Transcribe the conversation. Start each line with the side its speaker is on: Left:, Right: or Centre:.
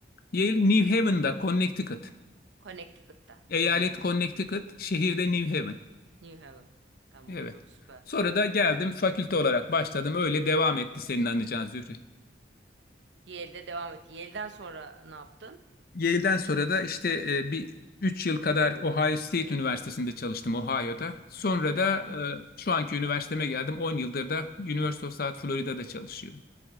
Left: Yale New Haven'da Connecticut.
Right: Connecticut'ta.
Left: Eyalet
Right: Hmm.
Left: Connecticut, şehirde New Haven.
Right: New Haven. Tamam.
Left: Evet.
Right: Çok süper.
Left: Sonra da geldim fakülte olarak başladım. Öyle devam etti senin anlayacağın Zühre.
Right: Yale'de devam et. Yale'den sonra ne yaptın?
Left: Yale'den sonra da işte e, bir 3 yıl kadar Ohio State Üniversitesi'nde çalıştım Ohio'da. Sonra
Right: Hı
Left: da
Right: hı.
Left: e, şu anki üniversiteme geldim. 10 yıldır da University of South Florida'da çalışıyorum.